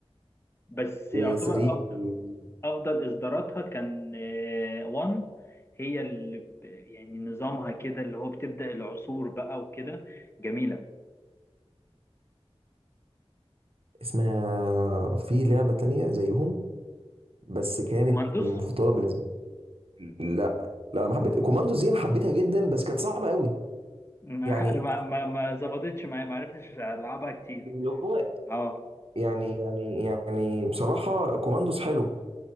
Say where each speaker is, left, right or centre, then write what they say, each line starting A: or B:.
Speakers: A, on the left; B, on the right.
A: بس
B: إيه،
A: يعتبر
B: 3
A: أف- افضل اصداراتها كان آه، 1 هي اللي ب- يعني نظامها كده اللي هو بتبدا العصور بقى وكده جميله
B: اسمها في لعبه تانية زيهم بس كانت
A: كوماندوس
B: مفضله بالنسبه لي. لا لا ما حبيت كوماندو زي انا حبيتها جدا بس كانت صعبه قوي
A: ما
B: يعني
A: <laughs> انا ما ما ما ظبطتش معايا ما عرفتش العبها كتير
B: اللي هو
A: اه
B: يعني يعني يعني بصراحه كوماندوز حلو